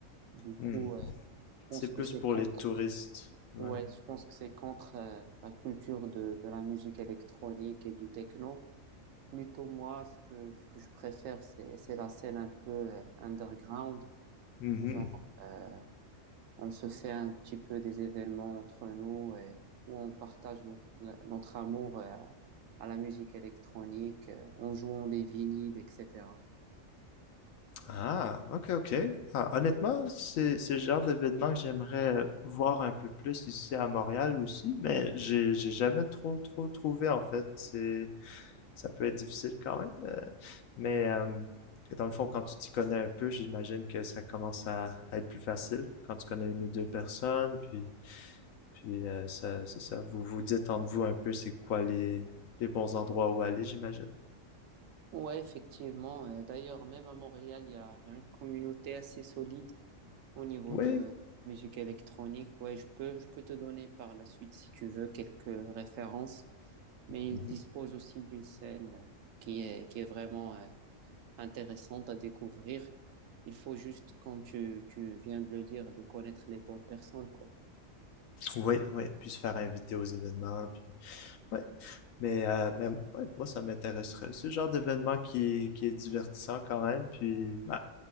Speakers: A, on the right; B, on the left.
A: Du coup,
B: hmm,
A: euh, je pense
B: c'est plus
A: que c'est
B: pour
A: quand
B: les touristes. Ouais.
A: Ouais, je pense que c'est contre euh, la culture de, de la musique électronique et du techno. Plutôt moi, ce que, ce que je préfère, c'est, c'est la scène un peu euh, underground.
B: Mhm.
A: Genre, euh, on se fait un petit peu des événements entre nous et où on partage no- le- notre amour euh, à la musique électronique, euh, en jouant des vinyles, etc.
B: Ah, ok, ok. Ah, honnêtement, c'est c'est le genre d'événement que j'aimerais voir un peu plus ici à Montréal aussi, mais j'ai j'ai jamais trop trop trouvé en fait. C'est ça peut être difficile quand même. euh, mais euh, dans le fond, quand tu t'y connais un peu, j'imagine que ça commence à, à être plus facile quand tu connais une ou deux personnes. Puis, puis euh, ça, c'est ça. Vous vous dites entre vous un peu c'est quoi les, les bons endroits où aller, j'imagine.
A: Ouais, effectivement. Euh, D'ailleurs, même à Montréal, il y a, il y a une communauté assez solide Au niveau
B: Oui.
A: de, de musique électronique, ouais, je peux, je peux te donner par la suite, si tu veux, quelques références, mais
B: Mhm.
A: il dispose aussi d'une scène euh, qui est, qui est vraiment euh, intéressante à découvrir. Il faut juste, comme tu, tu viens de le dire, de connaître les bonnes personnes, quoi.
B: Oui, oui. Puis se faire inviter aux événements. Puis Ouais. Mais, euh, mais ouais, moi, ça m'intéresserait. C'est le genre d'événement qui, qui est divertissant quand même, puis bah,